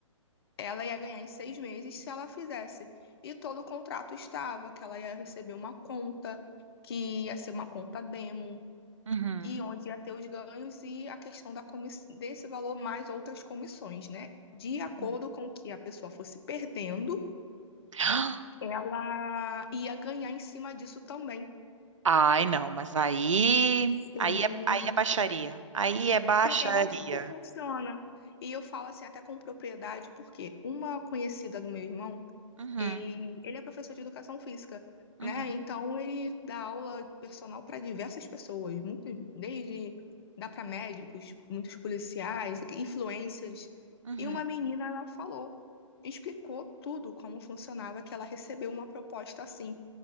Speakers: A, on the left (about 50°); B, on the right (about 70°).
A: Ela ia ganhar em seis meses se ela fizesse. E todo o contrato estava, que ela ia receber uma conta, que ia ser uma conta demo,
B: uhum,
A: e onde ia ter os ganhos e a questão da comiss... desse valor mais outras comissões, né? De acordo
B: uhum.
A: com o que a pessoa fosse perdendo,
B: <gasps>
A: ela ia ganhar em cima disso também.
B: Ai, não, mas aí,
A: Sim.
B: aí é, aí é baixaria. Aí é baixaria.
A: Sim, É assim que funciona. E eu falo assim, até com propriedade, porque uma conhecida do meu irmão,
B: Uhum,
A: Ele, ele é professor de educação física,
B: uhum,
A: né? Então ele dá aula personal para diversas pessoas, muitas, desde dá para médicos, muitos policiais, influencers.
B: uhum.
A: E uma menina ela falou, explicou tudo como funcionava, que ela recebeu uma proposta assim.